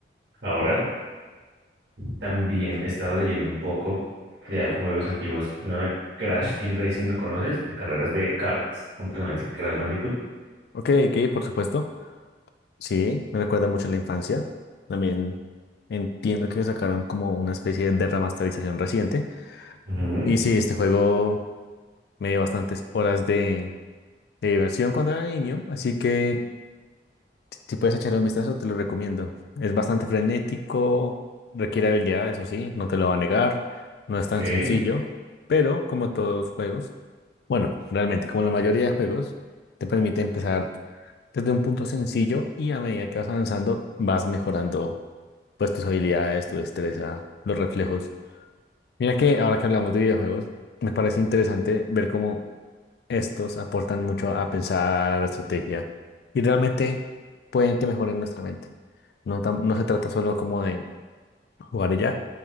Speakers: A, on the right; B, on the left.
A: Ahora
B: Muy bien.
A: también he estado leyendo un poco de al- juegos antiguos. Uno de Crash Team Racing, ¿lo conoces? De carreras de karts con personajes de Crash Bandicoot.
B: Ok, ok, por supuesto. Sí, me recuerda mucho a la infancia. También entiendo que me sacaron como una especie de remasterización reciente.
A: Ujú,
B: Y sí, este juego me dio bastantes horas de, de diversión cuando era niño, así que Si puedes echarle un vistazo, te lo recomiendo. Es bastante frenético, requiere habilidad, eso sí, no te lo va a negar, no es
A: Ok,
B: tan sencillo,
A: la
B: pero como todos los juegos, bueno, realmente como la mayoría de juegos, te permite empezar desde un punto sencillo y a medida que vas avanzando, vas mejorando pues tus habilidades, tu destreza, los reflejos. Mira que ahora que hablamos de videojuegos, me parece interesante ver cómo estos aportan mucho a pensar a la estrategia y realmente pueden que mejoren nuestra mente. No, tam- no se trata solo como de jugar y ya,